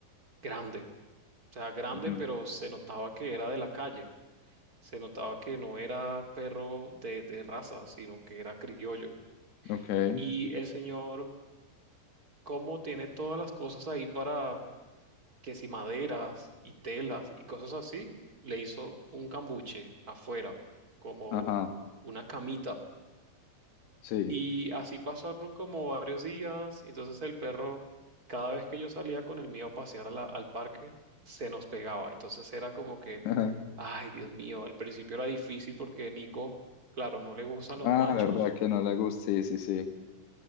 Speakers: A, on the right (about 25°); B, on the left (about 70°).
A: grande, o sea, grande,
B: ujú,
A: pero se notaba que era de la calle. Se notaba que no era perro de, de raza, sino que era criollo.
B: Ok.
A: Y el señor, como tiene todas las cosas ahí para que si maderas y telas y cosas así, le hizo un cambuche afuera, como
B: Ajá.
A: una camita.
B: Sí.
A: Y así pasaron como varios días. y Entonces el perro, cada vez que yo salía con el mío a pasear a la- al parque, se nos pegaba. Entonces era como que,
B: <laughs>
A: ay, Dios mío, al principio era difícil porque Nico, claro, no le gustan los
B: Ah,
A: machos.
B: verdad que no le gusta. Sí, sí, sí.